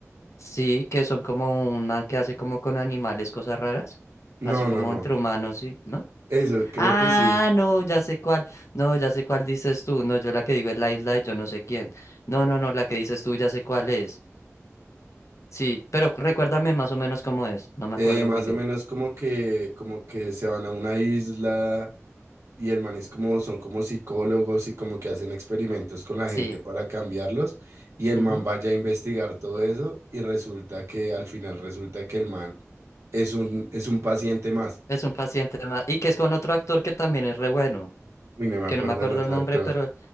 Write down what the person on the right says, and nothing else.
No,
no, no.
Eso, creo
que sí.
Eh,
más
o menos como que, como que se van a una isla y el man es como, son como psicólogos y como que hacen experimentos con la
gente para cambiarlos y el
man vaya a investigar todo eso y resulta que al final resulta que el man es un, es un paciente más.
Uy, no me
acuerdo
del otro
actor.